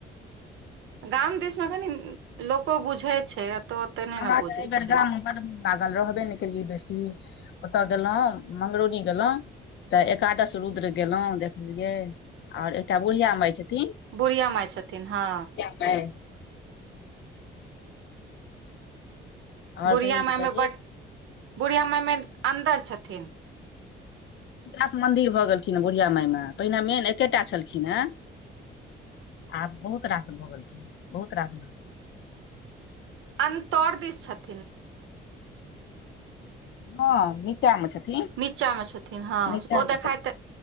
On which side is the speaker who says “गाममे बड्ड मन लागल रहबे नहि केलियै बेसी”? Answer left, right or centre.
Left